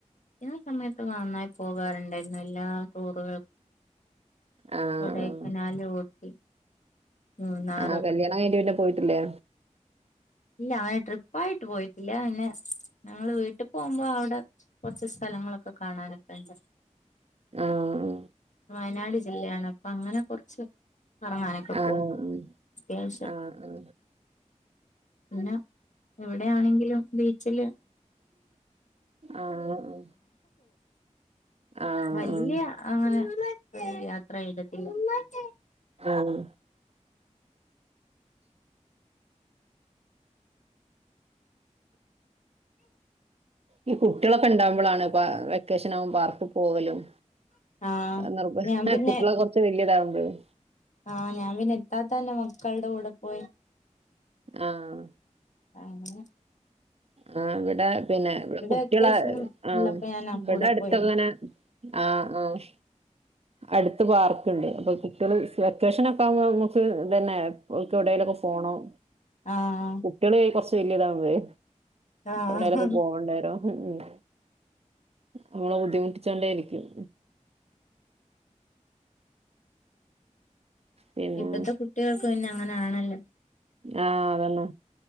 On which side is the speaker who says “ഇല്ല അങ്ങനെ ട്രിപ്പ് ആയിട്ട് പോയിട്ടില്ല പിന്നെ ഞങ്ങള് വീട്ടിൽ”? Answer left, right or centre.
Left